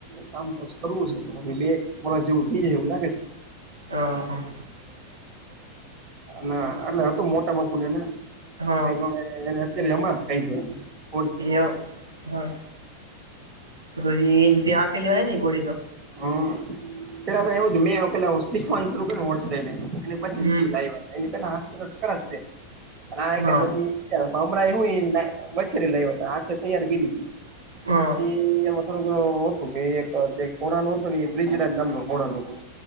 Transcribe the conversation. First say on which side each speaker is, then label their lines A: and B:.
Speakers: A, on the right (about 30°); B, on the right (about 80°).
A: કામ પછી કરવું છે તો બે વરસ જેવું થઇ જાય એવું લાગે છે.
B: અ હા.
A: ના એટલે તો મોટા બાપુ લેને
B: હા
A: કંઈક હવે ને એને અત્યારે હમણાં કઈ <unintelligible>
B: અહિયોવ હા તો તો પછી ત્યાં આ કે લવાય ને ઈ ગોળી તો.
A: હા પેલા તો એવું જ મેં પેલા શીખવાનું શરૂ કરું <unintelligible> એ ના પછી
B: હમ
A: ટેલાય આવા. એની પેલા હાથ તો તો ખર તે આના આઈ
B: હા
A: તેન પછી મજા હમણાં એવુ હું મછરી લાયવો તો હાથે તૈયાર કરી હતી
B: હા
A: પછી થોડું ઘણુ હતું કે એક ઘોડા નું હતું એ બ્રિજરાજ નામ ના ઘોડાનું હતું.